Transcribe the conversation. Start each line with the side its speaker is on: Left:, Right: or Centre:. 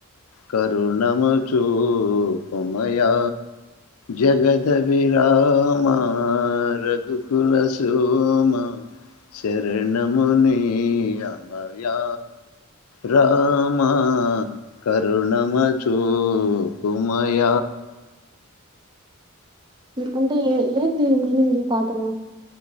Left: కరుణము చూపుమయా జగద్ విరామ రఘుకల సోమ శరణమునీయమయా రామ కరుణమచూపుమయ
Right: అంటే ఏ ఏంది మీనింగ్ ఈ పాటలో